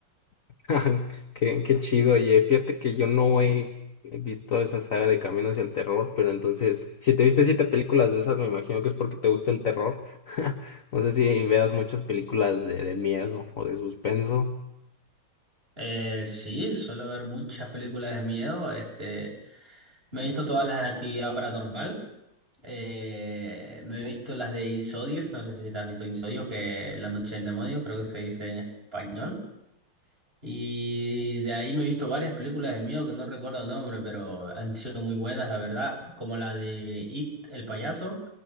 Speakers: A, on the left (about 45°); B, on the right (about 25°).
A: <laughs> Qué, qué chido, oye. Fíjate que yo no he visto esa saga de Camino hacia el terror, pero entonces, si te viste siete películas de esas, me imagino que es porque te gusta el terror. <laughs> No sé si veas muchas películas de, de miedo o de suspenso.
B: Eh, sí, suelo ver muchas películas de miedo. Este, me he visto todas las de actividad paranormal. Eh, me he visto las de Insidious. No sé si te has visto Insidious, que La Noche del Demonio, creo que se dice en español. Y de ahí me he visto varias películas de miedo que no recuerdo el nombre, pero han sido muy buenas, la verdad. Como la de It, el payaso.